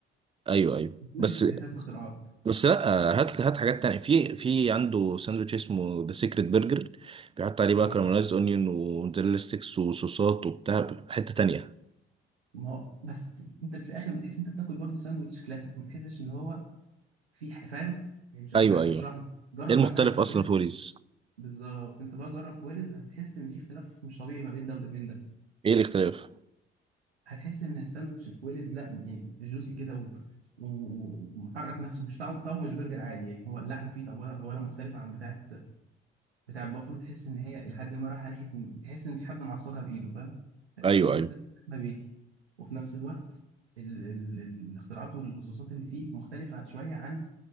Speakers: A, on the right; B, on the right.
A: ايوه ايوه
B: ما فيهوش
A: بس
B: افتكاسات واختراعات
A: بس لا هات هات حاجات تانية في في عنده ساندوتش اسمه ذا سيكريت برجر بيحط عليه بقى
B: آه.
A: كراميلايزد اونيون وموتزاريلا ستيكس وصوصات وبتاع حته تانية
B: ما هو بس انت في الاخر بتحس انت بتاكل برضه ساندوتش كلاسيك ما تحسش ان هو في ح- فاهم يعني مش مش
A: ايوه
B: عارف
A: ايوه
B: اشرح لك جرب
A: ايه المختلف
B: مثلا بتاع
A: اصلا
B: ويلز
A: في وليز
B: بالظبط انت بقى جرب في ويلز هتحس ان في اختلاف مش طبيعي ما بين ده وده بين ده
A: ايه الاختلاف
B: هتحس ان الساندوتش في ويلز لا يعني جوسي كده و... و- ومحرك نفسه مش طعمه طعمه مش برجر عادي يعني هو اللحمه فيه طبعا اولا مختلفه عن بتاعه بتاع بافلو تحس ان هي لحد ما رايحه ناحيه إن- تحس ان في حد معصقها بايده فاهم فتحس
A: ايوه
B: ان انت
A: ايوه
B: بتاكل لحمه بيتي وفي نفس الوقت ال ال ال الاختراعات والبصوصات اللي فيه مختلفه شويه عن